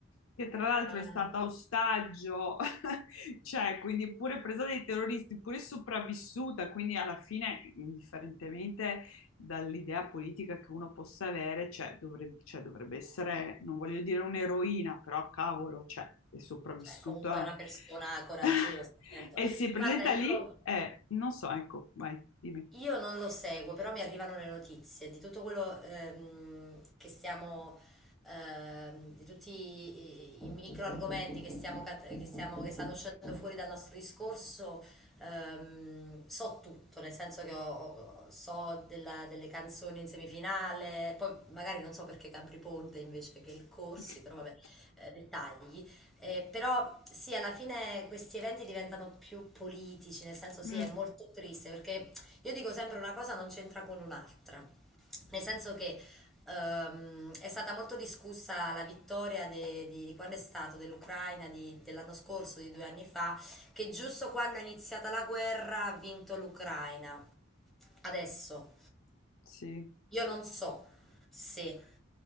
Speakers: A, on the left; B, in the centre.
A: che tra l'altro
B: Ah,
A: è stata ostaggio, <laughs> cioè quindi pure presa dai terroristi, pure sopravvissuta, quindi alla fine, indifferentemente dall'idea politica che uno possa avere, cioè, dovrebbe, cioè, dovrebbe essere, non voglio dire un'eroina, però cavolo, cioè, è sopravvissuta
B: eh, comunque è una persona coraggiosa,
A: <laughs>
B: certo.
A: E si presenta
B: Guarda, io
A: lì e non so, ecco, vai, dimmi.
B: Io non lo seguo, però mi arrivano le notizie di tutto quello ehm, che stiamo, ehm, di tutti i, i micro argomenti che stiamo, cat- che stiamo, che stanno uscendo fuori dal nostro discorso. ehm, so tutto, nel senso che ho- ho- so della- delle canzoni in semifinale, poi magari non so perché Capri Ponte invece che il Corsi,
A: <laughs>
B: però vabbè, eh, dettagli. Eh, però sì, alla fine questi eventi diventano più politici, nel senso sì,
A: Mm,
B: è molto triste perché io dico sempre una cosa non c'entra con un'altra, nel senso che ehm, è stata molto discussa la vittoria de- di, di quando è stato dell'Ucraina di- dell'anno scorso, di due anni fa, che giusto quando è iniziata la guerra ha vinto l'Ucraina. Adesso
A: sì.
B: io non so se